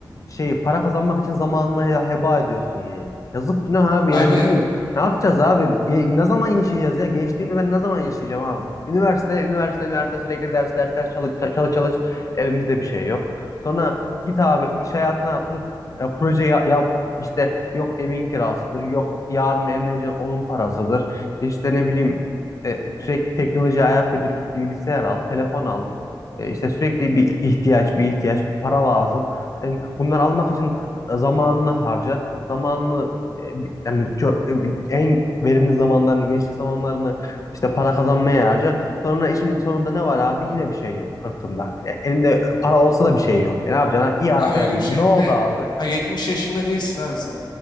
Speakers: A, on the left; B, on the left.
A: şeyi para kazanmak için zamanını he- heba ediyorsun yani. Yazık günah abi
B: Abi
A: yani bizim ne yapacağız
B: a-
A: abi? Ge- ne zaman yaşayacağız ya? Gençliğimi ben ne zaman yaşayacağım abi? Üniversite, üniversite, üniversite sürekli ders, ders, ders çalış, çalış, çalış. Elimizde bir şey yok. Sonra git abi iş hayatına atıl, e, proje ya- yap. İşte yok evin kirasıdır, yok yarın evleneceğin onun parasıdır. İşte ne bileyim e, sürekli teknolojiye ayak uydur, git bilgisayar al, telefon al. E, işte sürekli bir ihtiyaç, bir ihtiyaç, para lazım. Yani bunları almak için e, zamanını harca. Zamanını e, bi- yani ço- e, en verimli zamanlarını, gençlik zamanlarını işte para kazanmaya harca. Sonra işin sonunda ne var abi? Yine bir şey yok kırkında. E, elinde para olsa da bir şey yok. E, ne yapacaksın abi? İyi arabaya
B: a- öyle
A: bindin.
B: bir şey
A: Ne oldu
B: ne?
A: abi?
B: Ha 70 yaşında değilsin abi sen.